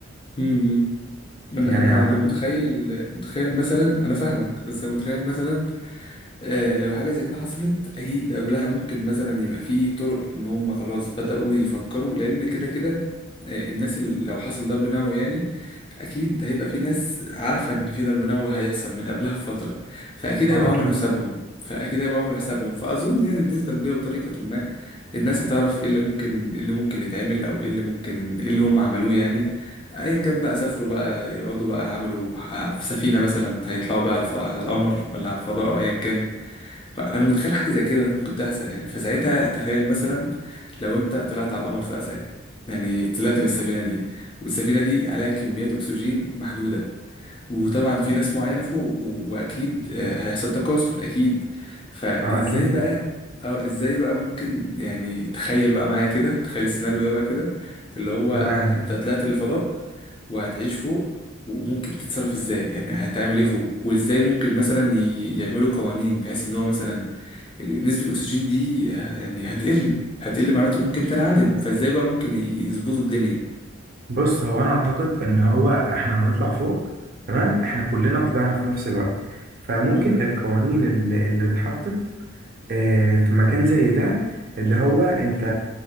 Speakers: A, on the left (about 25°); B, on the right (about 45°).
A: امم انا
B: يعني
A: انا
B: أعتقد
A: انا متخيل متخيل مثلا انا فاهمك بس انا متخيل مثلا آه، لو حاجة زي كده حصلت أكيد قبلها ممكن مثلا يبقى في طرق إن هم خلاص بدأوا يفكروا لأن كده كده آه، الناس اللي لو حصل ضرب نووي يعني أكيد هيبقى في ناس عارفة إن في ضرب نووي هيحصل من قبلها بفترة فأكيد هيبقوا
B: اه أكيد
A: عملوا حسابهم فأكيد هيبقوا عملوا حسابهم فأظن يعني بنسبة كبيرة بطريقة ما الناس هتعرف إيه اللي ممكن إيه اللي ممكن يتعمل أو إيه اللي ممكن إيه اللي هم عملوه يعني ايا كان بقى سافروا بقى يقعدوا بقى عملوا ح- في سفينة مثلا هيطلعوا بقى على الف- على القمر ولا على الفضاء او ايا كان فانا متخيل حاجه زي كده ممكن تحصل يعني فساعتها تخيل مثلا لو انت طلعت على القمر بقى ساعتها يعني طلعت بالسفينه دي والسفينه دي عليها كميات اكسجين محدوده وطبعا في ناس معينه فوق و- واكيد آه، هيحصل تكاثر اكيد فازاي
B: اه أكيد
A: بقى اه ازاي بقى ممكن يعني تخيل بقى معايا كده تخيل السيناريو ده بقى كده اللي هو
B: تمام
A: انت طلعت للفضاء وهتعيش فوق وممكن تتصرف ازاي يعني هتعمل ايه فوق وازاي ممكن مثلا ي- يعملوا قوانين بحيث ان هو مثلا نسبة الأكسجين دي آه، يعني هتقل هتقل مع الوقت وممكن تنعدم فازاي بقى ممكن يظبطوا الدنيا
B: بص هو أنا أعتقد إن هو احنا هنطلع فوق تمام احنا كلنا طلعنا في نفس الوقت فممكن
A: امم
B: القوانين اللي, اللي اتحطت آه، في مكان زي ده اللي هو انت